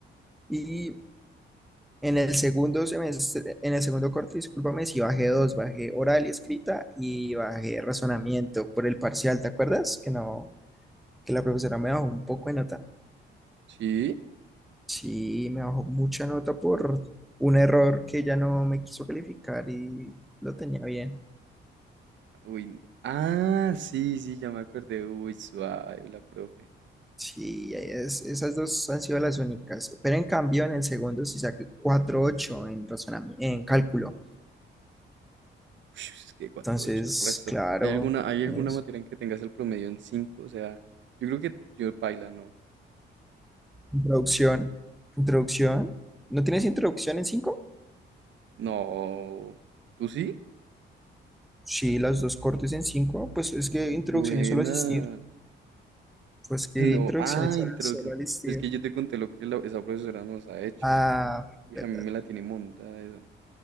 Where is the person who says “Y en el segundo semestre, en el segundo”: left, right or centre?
Centre